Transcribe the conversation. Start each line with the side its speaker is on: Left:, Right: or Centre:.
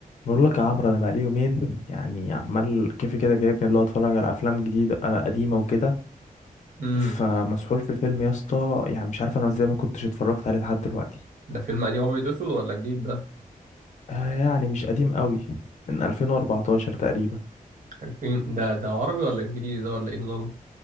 Left: بقول لك يا عمرو انا بقالي يومين يعني عمال كيفي كده جايبني اللي هو اتفرج على افلام جديده آه، قديمه وكده
Right: امم
Left: فمسحول في فيلم يا اسطى يعني مش عارف انا ازاي ما كنتش اتفرجت عليه لحد دلوقتي
Right: ده فيلم قديم ابيض واسود ولا جديد ده
Left: آه يعني مش قديم قوي من 2014 تقريبا
Right: عارفين ده ده عربي ولا انجليزي ده ولا ايه نظامه